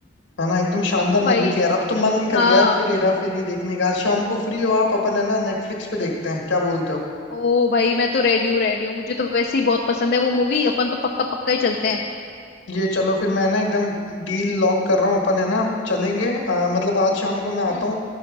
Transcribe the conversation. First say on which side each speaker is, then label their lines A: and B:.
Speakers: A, on the left; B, on the left.
A: है ना एकदम शानदार
B: ओ भाई
A: मूवी थी यार अब तो मन कर
B: हाँ
A: गया यार फिर हेरा फेरी देखने का आज शाम को फ्री हो आप अपन है ना नेटफ्लिक्स पे देखते हैं क्या बोलते हो
B: ओ भाई मैं तो रेडी हूँ रेडी हूँ मुझे तो वैसे ही बहुत पसंद है वो मूवी अपन तो पक्का पक्का ही चलते हैं
A: ये चलो फिर मैं ना एकदम डील लॉक कर रहा हूँ अपन है ना चलेंगे आ, मतलब आज शाम को मैं आता
B: हम्म
A: हूँ